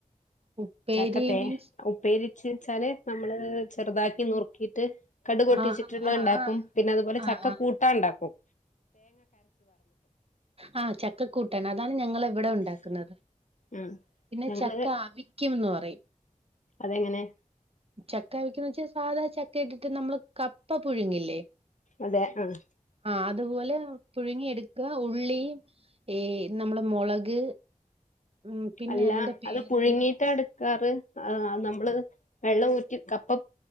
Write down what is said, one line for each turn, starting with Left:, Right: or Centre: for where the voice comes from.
Right: ഉപ്പേരി
Left: ചക്ക തേ
Right: മീൻസ്
Left: ഉപ്പേരിച്ച് ച്ചാല് നമ്മള് ചെറ്താക്കി നുർക്കീട്ട്. കട്ക് പൊട്ടിച്ചിട്ടുള്ളത്
Right: ആഹ് ആഹ്
Left: ഇണ്ടാക്കും
Right: ആഹ്
Left: പിന്നെ അതുപോലെ
Right: ആഹ്
Left: ചക്ക
Right: ആഹ്
Left: കൂട്ടാം ഇണ്ടാക്കും
Right: ആഹ് ചക്കക്കൂട്ടാൻ അതാണ് ഞങ്ങള് ഇവിടെ ഉണ്ടാക്കുന്നത്
Left: ഉം
Right: പിന്നെ
Left: ഞങ്ങള്
Right: ചക്ക അവിക്ക്യൂംന്ന് പറയും
Left: അതെങ്ങനെ
Right: ചക്ക വെക്കുന്ന വെച്ചാ സാധാ ചക്ക ഇട്ടിട്ട് നമ്മള് കപ്പ പുഴുങ്ങില്ലേ
Left: അതെ ആഹ്
Right: ആ അതുപോലെ പുഴുങ്ങി എടുക്കാ ഉള്ളി ഏ നമ്മള് മുളക് ഉം പിന്നെ
Left: അല്ല
Right: അതിന്റെ പേരെന്താ
Left: അത് പുഴുങ്ങീട്ടാ എടുക്കാറ് ആ നമ്മള് വെള്ളം ഊറ്റി കപ്പ